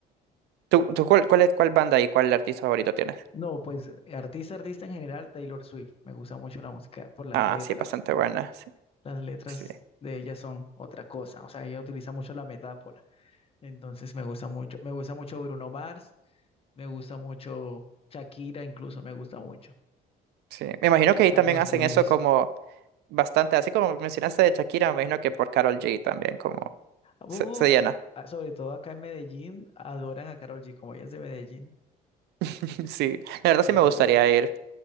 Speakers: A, on the right (about 80°); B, on the left (about 35°).
A: ¿Tú, tú cuál, cuál, es- cuál banda y cuál artista favorito tienes?
B: No, pues artista, artista en general, Taylor Swift. Me gusta mucho la música por las
A: Ah,
B: letras.
A: sí, bastante buena. Sí,
B: Las letras
A: sí.
B: de ella son otra cosa. O sea, ella utiliza mucho la metáfora. Entonces me gusta mucho. Me gusta mucho Bruno Mars. Me gusta mucho Shakira, incluso me gusta mucho.
A: sí. Me imagino que ahí
B: Carlos
A: también hacen
B: Vives.
A: eso como Bastante, así como mencionaste de Shakira, me imagino que por Carol G también como
B: Uf,
A: se, se llena.
B: ah, sobre todo acá en Medellín, adoran a Karol G, como ella es de Medellín.
A: <laughs> Sí, la verdad
B: Pero
A: sí me gustaría
B: sí,
A: ir